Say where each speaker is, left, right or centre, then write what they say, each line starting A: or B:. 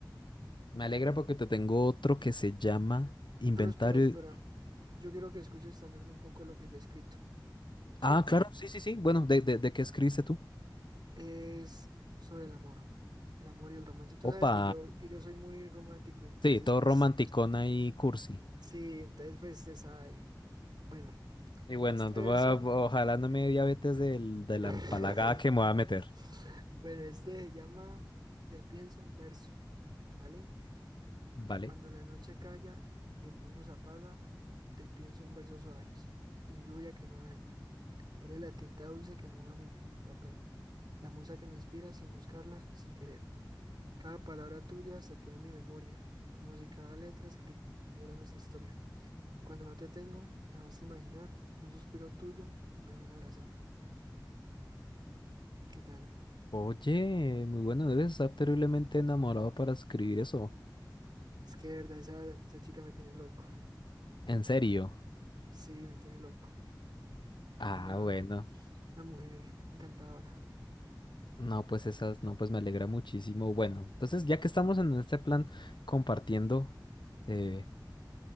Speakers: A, on the left (about 80°); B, on the right (about 70°).
A: Me alegra porque te tengo otro que se llama Inventario.
B: Pero espera, espera. Yo quiero que escuches también un poco de lo que yo he escrito. Sí,
A: Ah, claro, sí, sí, sí. Bueno, ¿de, de, de qué escribiste tú?
B: es sobre el amor, el amor y el romance. Tú
A: Opa.
B: sabes que yo, que yo soy muy romántico, entonces,
A: Sí, todo
B: pues,
A: romanticona y cursi.
B: sí, entonces, pues, se sabe. Bueno,
A: Y bueno,
B: este
A: tú
B: verso,
A: va- ojalá no me dé diabetes del, de la
B: <laughs>
A: empalagada que me voy a meter.
B: bueno, este se llama Te pienso en verso, ¿vale?
A: Vale.
B: Cuando la noche calla y el mundo se apaga, te pienso en versos suaves, en lluvia que no daña Eres la tinta dulce que moja mi papel, la musa que me inspira sin buscarla, sin querer. Cada palabra tuya se queda en mi memoria, como si cada letra escribiera nuestra historia. Y cuando no te tengo, me basta imaginar que un suspiro tuyo me viene a abrazar. ¿Qué tal?
A: Oye, muy bueno, debes estar terriblemente enamorado para escribir eso.
B: Es que de verdad esa, esa chica me tiene loco.
A: ¿En serio?
B: Sí, me tiene loco. Es
A: Ah,
B: una,
A: bueno.
B: una mujer encantadora.
A: No, pues esas, no, pues me alegra muchísimo. Bueno, entonces ya que estamos en este plan compartiendo, eh,